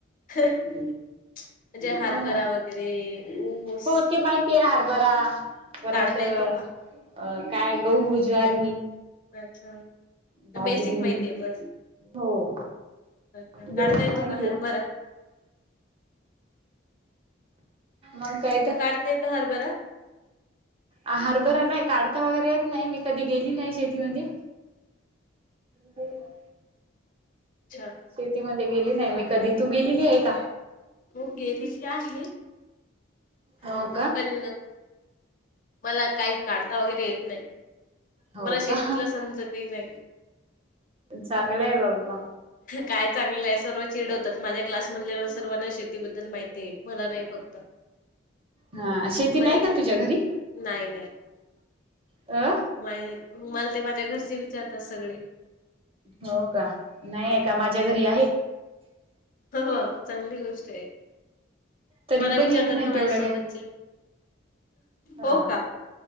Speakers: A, on the left; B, on the right.
A: म्हणजे हरभरा
B: हो ना.
A: वगैरे ऊस
B: हो ते माहितीये. हरबरा परत
A: काढता
B: अ
A: येतो का?
B: काय गहू, ज्वारी.
A: अच्छा,
B: बाजरी
A: बेसिक माहितीय बस.
B: हो
A: अच्छा, काढता
B: बेसिक
A: येतो
B: माहिती
A: का हारभरा?
B: आहे मग काय त.
A: काढता येतो हरभरा?
B: आ हरभरा नाही काढता वगैरे येत नाही. मी कधी गेली नाही शेतीमध्ये. ह <unintelligible>
A: च्छा.
B: शेतीमध्ये गेले नाही मी कधी. तू गेलेलीय का?
A: हो गेलेली आहे <unintelligible>
B: हो का
A: पण मला काही काढता वगैरे येत नाही.
B: हो
A: मला शेतीतल
B: का
A: समजतही नाही.
B: चांगलंय बाबा.
A: काय चांगलंय. सर्व चिडवतात. माझ्या क्लासमधल्या सर्वांना शेतीबद्दल माहितीये. मला नाही फक्त.
B: हा शेती
A: माझे
B: नाही का तुझ्या घरी?
A: नाही
B: अ.
A: नाही. मला ते माझ्या घरचे विचारतात सगळे.
B: हो का? नाहीये
A: ह
B: का? माझ्या घरी आहे.
A: हो चांगली गोष्टय.
B: तरी
A: मला विचारतात
B: पण येत नाही
A: ना माझ्या
B: तेवढं
A: सोबतचे.
B: काही हा
A: हो का?